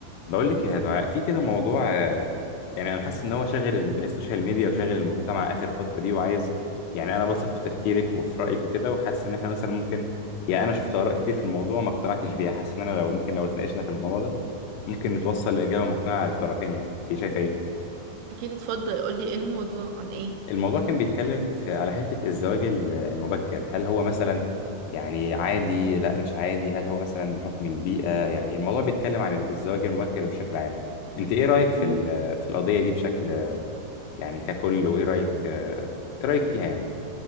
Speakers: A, on the left; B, on the right.
A: بقول لك يا دعاء في كده موضوع آه، يعني انا حاسس ان هو شاغل ال- السوشيال ميديا وشاغل المجتمع اخر فتره دي وعايز يعني انا بثق في تفكيرك وفي رايك وكده وحاسس ان احنا مثلا ممكن يعني انا شفت اراء كتير في الموضوع ما اقتنعتش بيها حاسس ان انا لو ممكن لو اتناقشنا في الموضوع ده ممكن نتوصل لاجابه مقنعه للطرفين يعني انت شايفه ايه
B: اكيد اتفضل قولي ايه الموضوع عن ايه
A: الموضوع كان بيتكلم في على حتة الزواج ال- المبكر هل هو مثلا يعني عادي لا مش عادي هل هو مثلا بحكم البيئة يعني الموضوع بيتكلم عن الزواج المبكر بشكل عام انت ايه رأيك في
B: مم.
A: ال- في القضية دي بشكل يعني ككل وايه رأيك ايه رأيك فيها يعني